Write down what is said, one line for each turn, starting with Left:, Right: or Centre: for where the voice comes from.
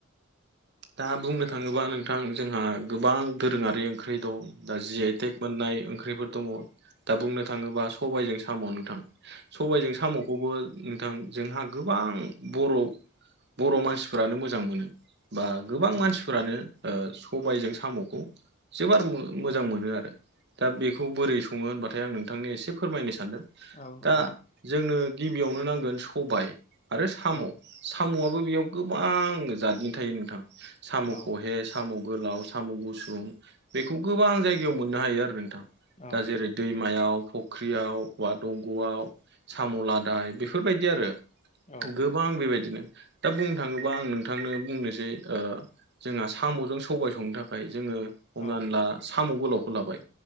Right: दा बुंनो थांङोबा नोंथां जोंहा गोबां दोरोङारि ओंख्रि दं। दा जिआइटेक मोननाय ओंख्रिफोर दङ दा बुंनो थाङोब्ला सबायजों साम' नोंथां। सबायजों सामखौबो नोंथां जोंहा गोबां बर बर मानसिफ्रानो मोजां मोनो। बा गोबां
Left: नोंथां औ
Right: मानसिफोरानो ओ सबायजों सामखौ जोबोर मो-मोजां मोनो आरो दा बेखौ बोरै संङो होनबाथाय आं नोंथांनि एसे फोरमायनो सानदों
Left: नोंथां
Right: दा जोंनो गिबियावनो नांगोन सबाय आरो साम
Left: औ
Right: सामआबो बेयाव गोबां जादनि थायो नो सामख'हे
Left: औ
Right: साम गोलाव साम गुसुं बेखौ गोबां जायगायाव मोननो हायो आरो नोंथां
Left: औ
Right: दा जेरै दैमायाव फुख्रियाव बा दंग'आव साम' लादाय बेफोरबायदि आरो
Left: औ
Right: गोबां बेबायदिनो दा बुंनो थाङोबा आं नोंथांनो बुंनोसै ओ जोंहा साम'जों सबाय संनो थाखाय जोङो हमना
Left: औ
Right: ला साम' गोलावखौ लाबाय